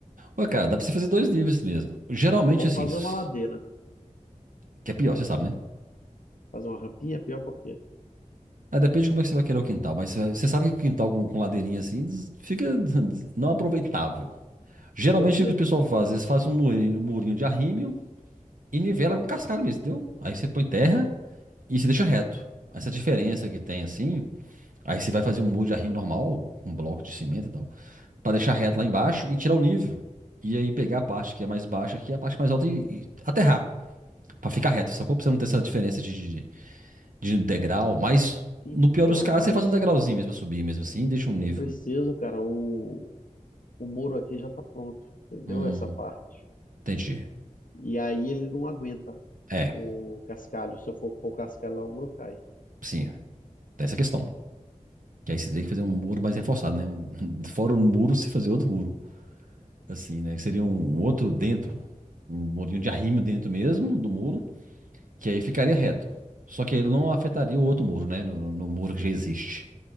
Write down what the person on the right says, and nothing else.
Ué, cara, dá pra você fazer dois níveis mesmo. Geralmente,
assim,
s-
que é pior, você sabe, né?
Aí depende de como é que você vai querer o quintal, mas você você sabe que o quintal com, com ladeirinha assim des- fica <laughs> não aproveitável. Geralmente
o que o pessoal faz, eles fazem um muri- um murinho de arrimo e nivela com cascalho mesmo, entendeu? Aí você põe terra e se deixa reto. Essa diferença que tem assim, aí você vai fazer um muro de arrimo normal, um bloco de cimento e tal, pra deixar reto lá embaixo e tirar o nível. E aí pegar a parte que é mais baixa aqui, a parte mais alta e, e aterrar. Pra ficar reto, só que você não ter essa diferença de, de, de um degrau, mas
no pior dos casos,
você faz um degrauzinho mesmo pra subir mesmo assim e deixa um nível.
Hum,
entendi.
É,
sim, tem essa questão. Que aí você teria que fazer um muro mais reforçado, né? <laughs> Fora o muro, você fazer outro muro. assim, né? Que seria um um outro dentro, um murinho de arrimo dentro mesmo do muro, que aí ficaria reto. Só que ele não afetaria o outro muro, né? No, no muro que já existe.